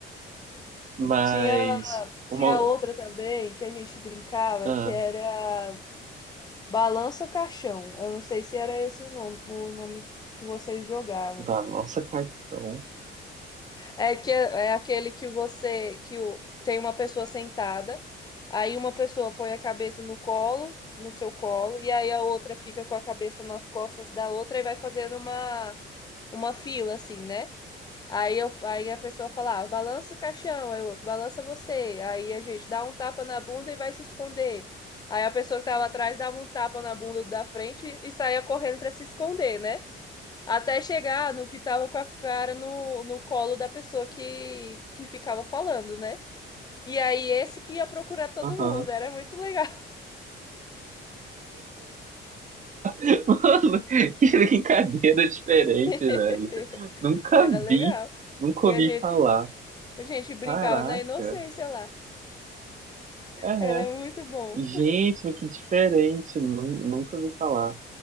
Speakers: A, on the right (about 40°); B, on the left (about 20°).
A: Mas,
B: Tinha, tinha
A: uma.
B: outra também que a gente brincava
A: Ah,
B: que era Balança Caixão. Eu não sei se era esse o nome, o nome que vocês jogavam.
A: da nossa caixão.
B: É que é aquele que você que o- tem uma pessoa sentada, aí uma pessoa põe a cabeça no colo, no seu colo, e aí a outra fica com a cabeça nas costas da outra e vai fazendo uma uma fila, assim, né? Aí, eu, aí a pessoa fala, ah, balança o caixão, aí o outro, balança você. Aí a gente dá um tapa na bunda e vai se esconder. Aí a pessoa que tava atrás dava um tapa na bunda da frente e saía correndo pra se esconder, né? Até chegar no que tava com a cara no, no colo da pessoa que, que ficava falando, né? E aí esse que ia procurar todo
A: <laughs>
B: mundo, era muito legal.
A: Mano, <laughs> que brincadeira diferente,
B: <laughs>
A: velho. Nunca
B: Era legal.
A: vi, nunca
B: E
A: ouvi
B: a gente,
A: falar.
B: a gente brincava
A: Caraca,
B: na inocência lá.
A: é.
B: Era muito bom.
A: Gente, mas que diferente. nu- Nunca ouvi falar.